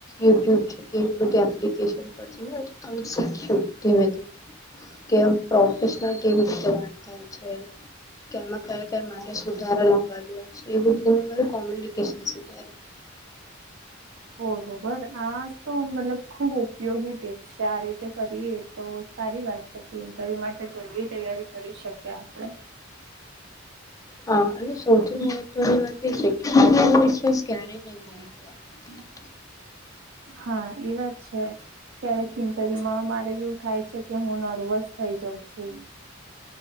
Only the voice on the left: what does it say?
યુટ્યુબ છે કે એવી બધી એપ્લિકન પછી મે એમ શોખીયું ધીમે ધીમે કેમ પ્રોફેશનલ કેવી રીતે વાત થાય છે કેમાં કયા કયા મારે સુધારો લાવ્યો છે એવી રીતે મે મારે કોમ્યુનિકેશન સુધાર્યું
હા, અને સૌથી મહત્વની વાત એ છે કે એ વિશ્વાસ ક્યારે નહીં ગુમું <unintelligible>